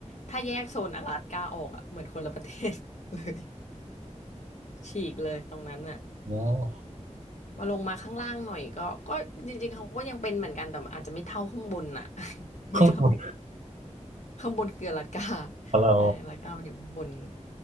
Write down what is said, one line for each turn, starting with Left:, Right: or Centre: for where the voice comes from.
Left: ถ้าแยกโซนอลาสก้าออกอ่ะเหมือนคนละประเทศเลยฉีกเลยตรงนั้นอ่ะ
Right: อ๋อ
Left: มาลงมาข้างล่างหน่อยก็ก็จริงๆเขาก็ยังเป็นเหมือนกันแต่อาจจะไม่เท่าข้างบนอ่ะ <laughs> ไม่เท่า
Right: ข้างบน
Left: ข้างบนคืออลาสก้า
Right: เรา
Left: ใช่อลาสก้ามันอยู่ข้างบน